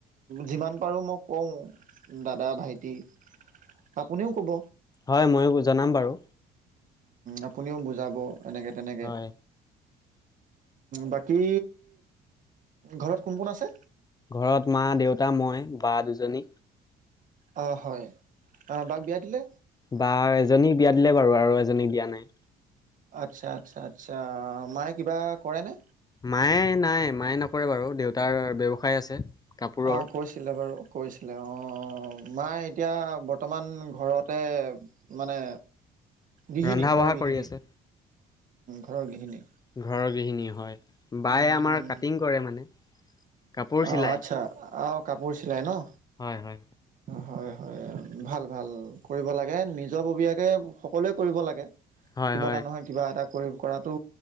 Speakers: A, on the right; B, on the left.
A: যিমান পাৰোঁ মই কওঁ দাদা, ভাইটি আপুনিও ক'ব,
B: হয়, ময়ো জনাম বাৰু।
A: আপুনিও বুজাব এনেকে তেনেকে।
B: হয়
A: বাকী ঘৰত কোন কোন আছে?
B: ঘৰত মা, দেউতা, মই, বা দুজনী।
A: অ' হয় বাক বিয়া দিলে।
B: বা এজনীক বিয়া দিলে বাৰু আৰু এজনীক দিয়া নাই।
A: আচ্ছা, আচ্ছা, আচ্ছা মায়ে কিবা কৰেনে?
B: মায়ে নাই, মায়ে নকৰে বাৰু দেউতাৰ ব্যৱসায় আছে। কাপোৰৰ
A: অ' কৈছে। ছিলে বাৰু কৈছিলে অ' মায়ে এতিয়া বৰ্তমান ঘৰতে। মানে গৃহিণী,
B: ৰন্ধা
A: ঘৰৰ
B: বঢ়া
A: গৃহিণী,
B: কৰি আছে
A: ঘৰৰ গৃহিণী।
B: ঘৰৰ গৃহিণী হয়, বায়ে
A: উম
B: আমাৰ কাটিং কৰে মানে। কাপোৰ চিলাই।
A: অ', আচ্ছা আ'হ কাপোৰ চিলাই ন'।
B: হয়, হয়।
A: হয়, হয় ভাল, ভাল কৰিব লাগে। নিজৰ ববীয়াকে সকলোৱে কৰিব লাগে।
B: হয়
A: কিবা
B: হয়
A: এটা নহয় কিবা এটা কৰি কৰাটো